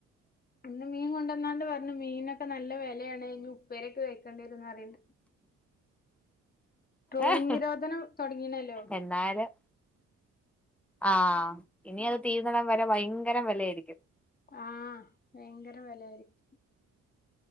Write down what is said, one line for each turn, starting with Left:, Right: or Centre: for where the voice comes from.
Left: ഇന്ന് മീൻ കൊണ്ടുവന്നാണ്ട് പറഞ്ഞു മീനൊക്കെ നല്ല വിലയാണ് ഇനി ഉപ്പേരക്കെ കഴക്കേണ്ടി വരുന്ന് അറിയണ്ട് ട്രോളിങ്
Centre: ഏഹ്
Left: നിരോധനം തുടങ്ങിണിണല്ലോ
Centre: എന്നാലും ആഹ് ഇനി അത് തീർന്നണം വരെ ഭയങ്കരം വിലയായിരിക്കും
Left: ആഹ് ഭയങ്കര വിലായിരിക്കും